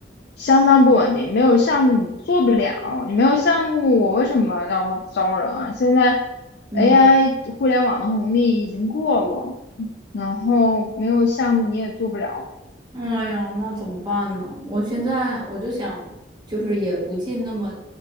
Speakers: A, on the left (about 65°); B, on the right (about 25°).
A: 相当不稳定。没有项目你做不了，你没有项目，我为什么要招人啊？现在
B: 嗯，
A: AI 互联网的红利已经过了，然后没有项目你也做不了。
B: 哎呀，那怎么办呢？我现在我就想，就是也不进那么